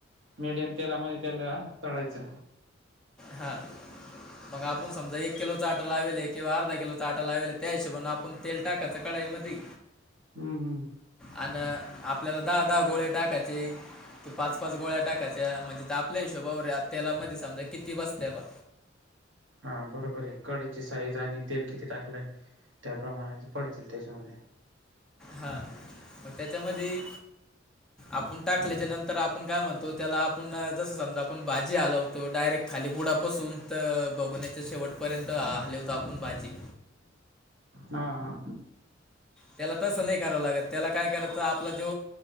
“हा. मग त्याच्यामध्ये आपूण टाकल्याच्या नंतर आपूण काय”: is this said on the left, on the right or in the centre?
Centre